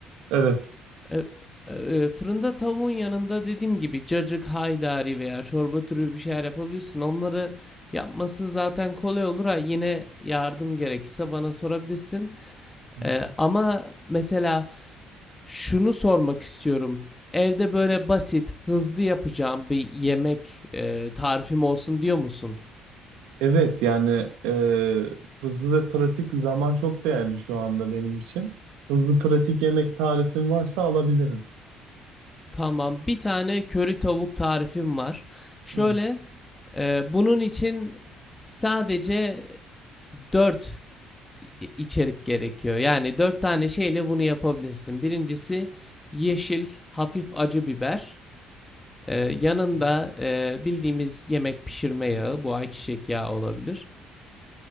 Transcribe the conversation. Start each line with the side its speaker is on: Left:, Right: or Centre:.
Right: Evet.
Left: E, e, e, fırında tavuğun yanında dediğim gibi cacık, haydari veya çorba türü bir şeyler yapabilirsin. Onları yapması zaten kolay olur ha. Yine yardım gerekirse bana sorabilirsin.
Right: Hı hı.
Left: E, ama mesela şunu sormak istiyorum. Evde böyle basit, hızlı yapacağım bir yemek e, tarifim olsun diyor musun?
Right: Evet yani e, hızlı ve pratik zaman çok değerli şu anda benim için. Hızlı pratik yemek tarifin varsa alabilirim.
Left: Tamam. Bir tane köri tavuk tarifim var. Şöyle,
Right: Hı
Left: e, bunun için sadece 4 i- içerik gerekiyor. Yani dört tane şeyle bunu yapabilirsin. Birincisi yeşil hafif acı biber. Ee, yanında
Right: hı
Left: e, bildiğimiz yemek pişirme yağı, bu ayçiçek yağı olabilir.